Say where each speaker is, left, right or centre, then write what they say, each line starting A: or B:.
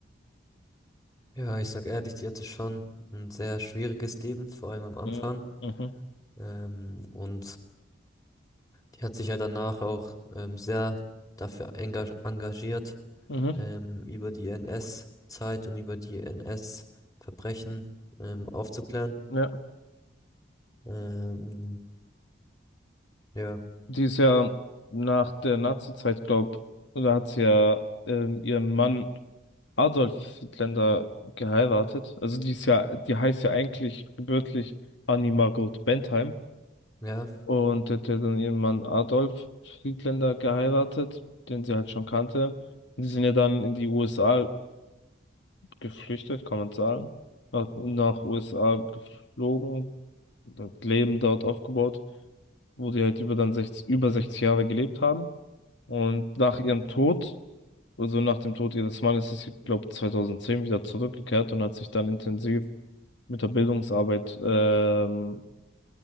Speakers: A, on the left; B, on the left.
A: Ja, ich sag ehrlich, die hatte schon ein sehr schwieriges Leben, vor allem am Anfang.
B: Ja, Mhm.
A: Ähm, und die hat sich ja danach auch ähm, sehr dafür enga- engagiert,
B: Mhm.
A: ähm, über die NS-Zeit und über die NS-Verbrechen ähm, aufzuklären.
B: Ja.
A: Ähm, ja,
B: Die ist ja nach der Nazizeit, glaub, oder hat sie ja ähm, ihren Mann Adolf Hitler geheiratet. Also die ist ja, die heißt ja eigentlich gebürtig Annie Margot Bentheim
A: ja,
B: und hat ja dann ihren Mann Adolf Hitler geheiratet, den sie halt schon kannte. Und die sind ja dann in die USA geflüchtet, kann man sagen. Nach nach USA geflogen, dort Leben dort aufgebaut, wo die halt über dann 60, über 60 Jahre gelebt haben. Und nach ihrem Tod so nach dem Tod ihres Mannes ist sie, glaube 2010 wieder zurückgekehrt und hat sich dann intensiv mit der Bildungsarbeit, ähm,